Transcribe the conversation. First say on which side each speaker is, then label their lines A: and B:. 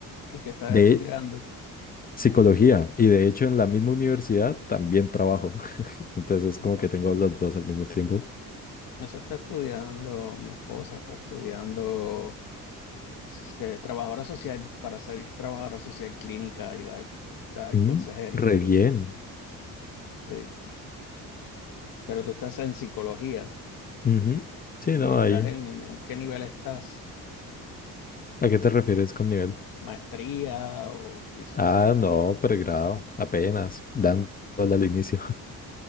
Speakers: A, on the left; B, on the left.
A: ¿Y qué estás
B: De
A: estudiando?
B: psicología y de hecho en la misma universidad también trabajo. Entonces,
A: Oh,
B: como
A: wow.
B: que tengo los dos al mismo tiempo.
A: Eso está estudiando mi esposa, está estudiando Es que trabajadora social, para ser trabajadora social clínica y dar, dar
B: Mm,
A: consejería,
B: Re bien.
A: sí. Pero tú estás en psicología
B: Ujú. Sí,
A: y
B: no,
A: estás
B: ahí.
A: en, ¿en qué nivel estás?
B: ¿A qué te refieres con nivel?
A: ¿Maestría o licenciatura?
B: Ah, no, pregrado, apenas, dándole al inicio.